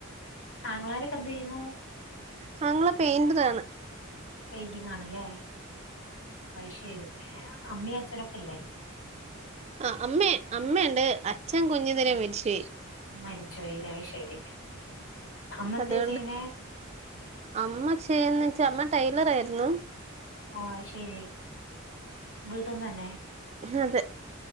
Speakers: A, on the left (about 85°); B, on the right (about 30°).
A: ആങ്ങളാരൊക്കെന്തെയ്യുന്നു?
B: ഞങ്ങള് പെയിന്റിലാണ്
A: പെയിന്റിങ് ആണല്ലേ ശ അമ്മിയ അച്ച്ചനൊക്കെല്ലേ
B: ആ അമ്മ അമ്മുണ്ട് അച്ഛൻ കുഞ്ഞു തരെ മേരിച്ച
A: മരിച്ചോല്ല ശരി അമ്മ എന്താ
B: അതുകൊണ്ട്
A: ചെയ്യണേ
B: അമ്മ ചേന്ന് വച്ചാ അമ്മ ടൈലർായിരുന്നു
A: ഓ ശരി വീട്ടന്ന് തന്നെ
B: അത